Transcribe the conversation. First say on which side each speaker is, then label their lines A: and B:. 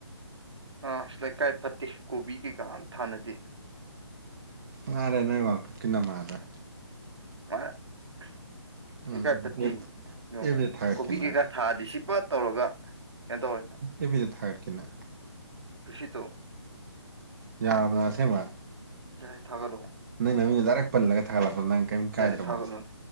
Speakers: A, on the right; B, on the right.
A: ꯑ ꯑ ꯂꯩꯀꯥꯏ ꯐꯠꯇꯦ ꯀꯣꯕꯤ ꯀꯩꯀꯥꯝ ꯊꯥꯅꯗꯦ
B: ꯃꯥꯔꯦ ꯅꯪ ꯋꯥꯥꯛ ꯀꯟꯅ ꯃꯥꯗ
A: ꯑꯦꯥ
B: ꯎꯝ ꯎꯝ
A: ꯄꯤ ꯌ
B: ꯑꯦꯕꯤꯗ ꯊꯥꯒꯠꯀꯦ
A: ꯀꯣꯕꯤ
B: ꯅꯪ
A: ꯀ ꯀ ꯊꯥꯗꯤ ꯁꯤꯄ ꯇꯧꯔꯒ ꯀꯩꯅꯣ ꯇꯧꯔꯦ
B: ꯑꯦꯕꯤꯗꯤ ꯊꯔ ꯀꯅ
A: <unintelligible>
B: ꯌꯥꯕ꯭ꯔꯥ ꯑꯁꯦꯡꯕ
A: ꯌꯥꯥꯏꯌꯦ ꯊꯥꯒꯠꯂꯛꯑꯣ
B: ꯅꯪ ꯅꯃꯤꯡꯗ ꯗꯥꯏꯔꯛ ꯄꯜꯂꯒ ꯊꯥꯒꯠꯂꯛꯄꯗꯣ ꯅꯪ ꯀꯩꯝ ꯢꯀꯥꯏꯗ꯭ꯔꯕꯣ
A: ꯌꯥꯏ ꯊꯥꯒꯠꯂꯣꯅꯦ